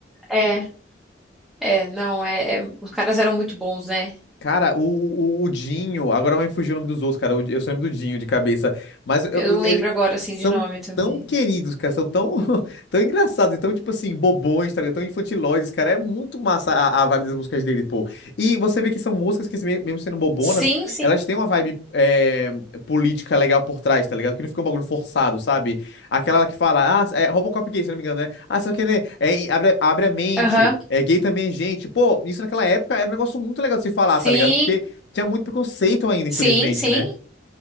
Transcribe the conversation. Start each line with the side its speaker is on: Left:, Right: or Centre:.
Centre: É, é, não, é, é- os caras eram muito bons, né?
Left: Cara, o, o, o Dinho, agora vai me fugir o nome dos outros, cara. o Eu só lembro do Dinho de cabeça. Mas eu, eu-
Centre: Eu não lembro
Left: ele-
Centre: agora, assim,
Left: são
Centre: de nome também.
Left: tão queridos, cara. São tão, <laughs> tão engraçados, e tão, tipo assim, bobões, tá ligado? Tão infantiloides, cara. É muito massa a, a vibe das músicas dele, pô. E você vê que são músicas que, me- mesmo sendo bobonas,
Centre: Sim, sim.
Left: elas têm uma vibe é, política legal por trás, tá ligado? Que não fica um bagulho forçado, sabe? Aquela que fala, ah, é Robocop gay, se não me engano, né? Ah, só que, né, é, abre, abre a mente,
Centre: Aham.
Left: é gay também é gente. Pô, isso naquela época era um negócio muito legal de se falar,
Centre: Sim,
Left: tá ligado? Porque tinha muito preconceito ainda,
Centre: sim,
Left: infelizmente,
Centre: sim.
Left: né?